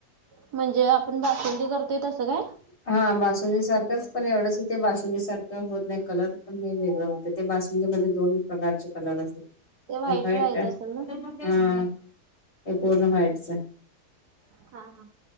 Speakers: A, on the right; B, on the left.
A: म्हणजे आपण बासुदी करतोय तसं काय?
B: हा बासुंडी सारखंच पण एवढंच की ते बासुडीसारखं होत नाही कलर पण हे वेगळं होत ते बासुंगी मध्ये दोन प्रकारचे कलर असत
A: ते व्हाईट
B: एक वाईट
A: राईत
B: हा
A: असेल ना?
B: हे पूर्ण वयटच
A: हा हा.